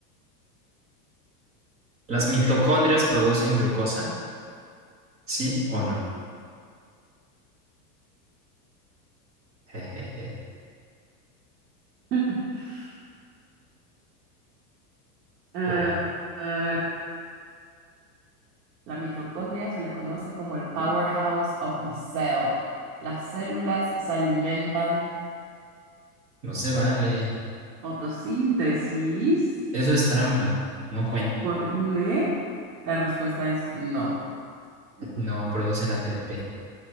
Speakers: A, on the right; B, on the right.
A: ¿Las
B: Ok.
A: mitocondrias producen glucosa? ¿Sí o no? <laughs> Jejeje.
B: <laughs> Eh,
A: Ole,
B: eh, La mitocondria se le conoce como el powerhouse of the cell. Las células se alimentan
A: No se vale.
B: de fotosíntesis,
A: Eso es trampa. No cuenta.
B: por ende, la respuesta es no.
A: No, producen ATP.